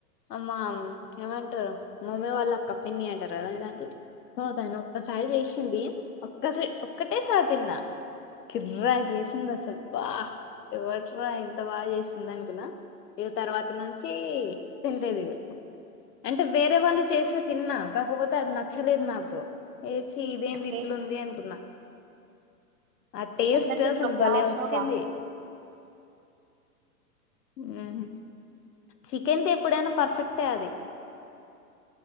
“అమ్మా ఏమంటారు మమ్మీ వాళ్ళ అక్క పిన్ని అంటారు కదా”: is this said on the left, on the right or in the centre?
Left